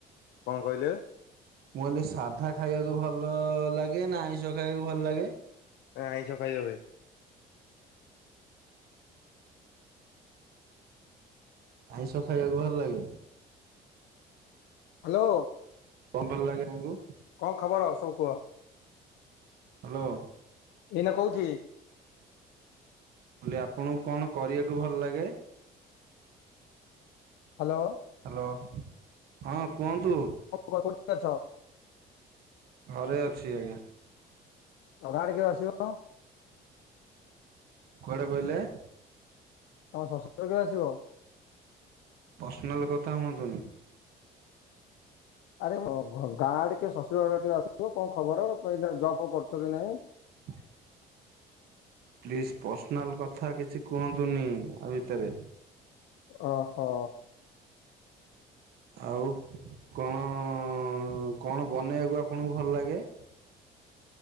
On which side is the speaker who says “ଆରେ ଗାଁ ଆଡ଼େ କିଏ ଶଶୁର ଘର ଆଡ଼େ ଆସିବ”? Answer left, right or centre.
Left